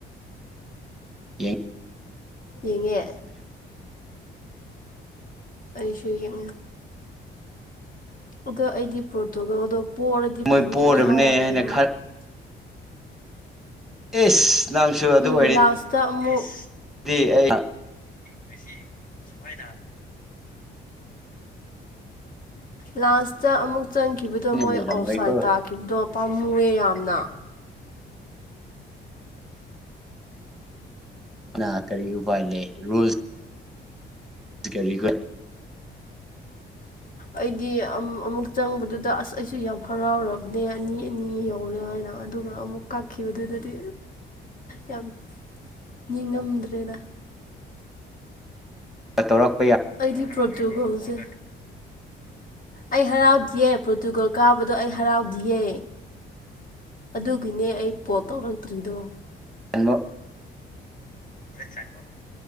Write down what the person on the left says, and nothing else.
ꯌꯦꯡꯉꯦ ꯑꯩꯁꯨ ꯌꯦꯡꯉꯨ ꯑꯗꯣ ꯑꯩꯗꯤ ꯄ꯭ꯔꯣꯇꯣꯒꯣꯜꯗꯣ ꯄꯣꯛꯔꯗꯤ
ꯐꯅꯤ
ꯍꯥꯏꯔ ꯂꯩꯔꯒ
ꯎꯝ
ꯂꯥꯁꯇ ꯑꯃꯨꯛ
ꯑꯩꯁꯤꯁꯨꯐꯥꯏꯗ ꯂꯥꯟꯥꯁꯇ ꯑꯃꯨꯛ ꯆꯪꯈꯤꯕꯗꯣ
ꯃꯣꯏ ꯑꯣꯐ ꯁꯥꯏꯠ ꯇꯥꯈꯤꯕꯗꯣ ꯄꯥꯝꯃꯨꯑꯦ ꯌꯥꯝꯅ
ꯑꯩꯗꯤ ꯑꯃꯨꯛ ꯆꯪꯕꯗꯨꯗ ꯑꯁ ꯑꯩꯁꯨ ꯌꯥꯝ ꯍꯔꯥꯎꯔꯕꯅꯦ ꯑꯅꯤ ꯑꯅꯤ ꯌꯧꯔꯦ ꯍꯥꯏꯅ ꯑꯗꯨꯒ ꯑꯃꯨꯛ ꯀꯥꯈꯤꯕ ꯑꯗꯨꯗꯗꯤ ꯌꯥꯝ
ꯅꯤꯡꯉꯝꯗ꯭ꯔꯦꯗ
ꯑꯩꯗꯤ ꯄ꯭ꯔꯣ꯭ꯛ ꯍꯧꯧꯁꯦ
ꯑꯩ ꯍꯔꯥꯎꯗꯌꯦ ꯄ꯭ꯔꯣꯔꯇꯨꯒꯜ ꯀꯥꯕꯗꯣ ꯑꯩ ꯍꯔꯥꯎꯗꯤꯌꯦ ꯑꯗꯨꯒꯤꯅꯦ ꯑꯩ ꯄꯣꯠ ꯇꯧꯔꯛꯇ꯭ꯔꯤꯗꯣ
ꯆꯣ